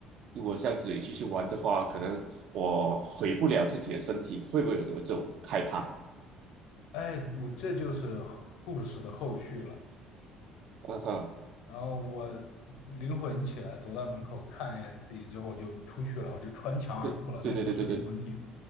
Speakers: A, on the right; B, on the left.
A: 如果这样子继续玩的话，可能我回不了自己的身体，会不会有这种害怕？
B: 哎，我这就是故事的后续了。
A: 嗯哼，
B: 然后我灵魂起来，走到门口看一眼自己之后，我就出去了，我就穿墙而过了。
A: 对对对对对
B: 那时候是灵魂体嘛，